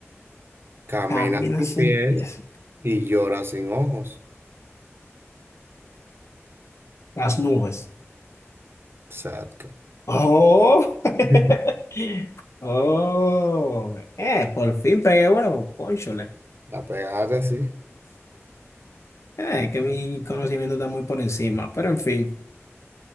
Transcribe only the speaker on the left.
Camina
sin
pies.
Las nubes.
Oh, <laughs>
oh, eh, por fin pegué bueno, cónchole.
Eh, es que mi conocimiento está muy por encima, pero en fin,